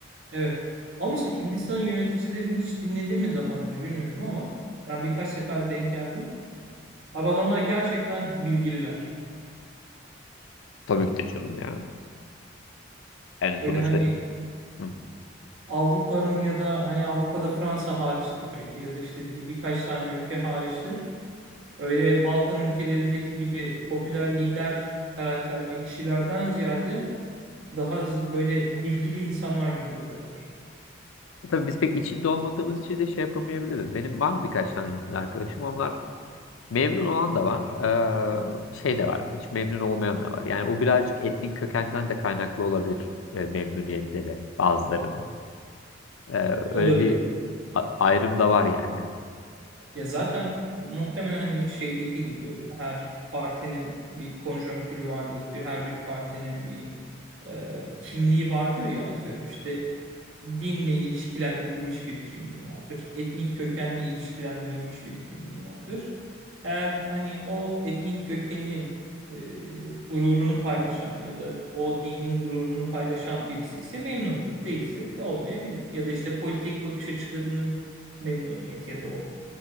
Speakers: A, on the right; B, on the left.
A: evet. Ama mesela Hindistan'ın yöneticilerini hiç dinledin mi daha önce bilmiyorum ama ben birkaç sefer denk geldim. Abi adamlar gerçekten bilgililer.
B: Tabii ki de canım ya. Yani sonuçta
A: Öyle hani
B: Hı.
A: Avrupa'nın ya da hani Avrupa'da Fransa hariçtir belki ya da işte di- birkaç tane ülke hariçtir. Öyle Balkan ülkelerindeki gibi popüler lider karakterli kişilerden ziyade daha zi- böyle bilgili insanlar gibi duruyorlar.
B: E, Tabii biz pek içinde olmadığımız için de şey yapamayabiliriz. Benim var birkaç tane Hintli arkadaşım. Onlar memnun olan da var. eee, şey de var. Hiç memnun olmayan da var. Yani o birazcık etnik kökenden de kaynaklı olabilir e, memnuniyetleri bazılarının. Eee,
A: Olabilir.
B: öyle bir a- ayrım da var yani.
A: Ya zaten muhtemelen hani şeydeki gibi her partinin bir konjonktürü vardır. Bir her bir partinin bir e, kimliği vardır ya atıyorum işte dinle ilişkilendirilmiş bir kimliği vardır. Etnik kökenle ilişkilendirilmiş bir kimliği vardır. Eğer hani o etnik kökenin e, gururunu paylaşan ya da o dinin gururunu paylaşan birisi ise memnundur. Değilse de olmayabilir. Ya da işte politik bakış açılarının memnuniyeti ya da o